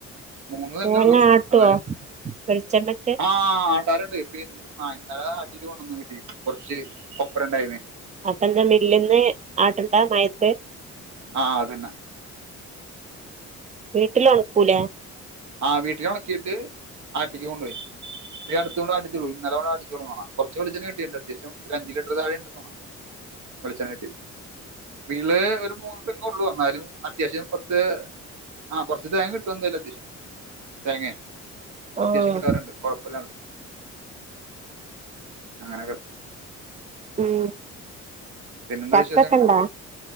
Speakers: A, on the right; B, on the right.
A: മൂന്ന് തെങ്ങുള്ളൂ
B: തേങ്ങ ആട്ടുവോ
A: എന്നാലും
B: വെളിച്ചെണ്ണക്ക്
A: ആ. <unintelligible> ഇന്നലെ ആട്ടീട്ട് കൊന്നു വീട്ടീ കുറച്ച് കൊപ്പര ഇണ്ടായിനെ.
B: അപ്പന്താ മില്ലിന്ന് ആട്ണ്ട മയത്ത്.
A: ആ അതന്നെ
B: വീട്ടില് ഉണക്കൂലേ.
A: ആ വീട്ടില് ഉണക്കിയിട്ട് അടിക്കാൻ കൊണ്ടോയി ഇപ്പോ ഈ അടുത്ത് കൊണ്ടോയി ആട്ടിച്ചോളൂ ഇന്നലെ ഇങ്ങോട്ട് അടിച്ച് കൊട്ന്നൊള്ളു. കുറച്ച് വെളിച്ചെണ്ണ കിട്ടിട്ടുണ്ട് അത്യാവ്യം ഒരു അഞ്ച് ലിറ്റർ താഴെ ഉണ്ടന്ന് തോ വെളിച്ചെണ കിട്ടി. വീട്ട്ള് ഒരു മൂന്ന് തെങ്ങ ഉള്ളു എന്നാലും അത്യാവശ്യം പത്ത്. ആ കുറച് തേങ്ങ കിട്ടും എന്തായാലും അത്യാവശ്യം. തേങ്ങേ അത്യാവശ്യം
B: ആഹ്
A: കിട്ടാറുണ്ട് കൊഴപ്പല്ലാതെണ്ട്. അങ്ങനെഒക്കെ.
B: ഉം.
A: പിന്നെന്താ
B: ചക്കൊക്കെ
A: വിശേഷങ്ങള്.
B: ഇണ്ടാ